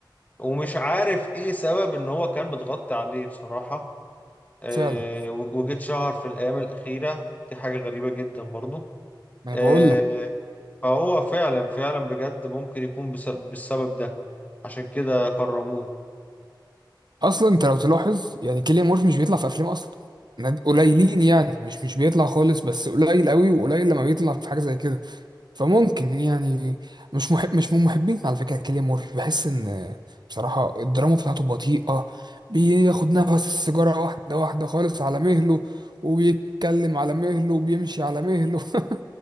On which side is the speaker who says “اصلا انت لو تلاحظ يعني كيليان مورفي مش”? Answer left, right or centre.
Right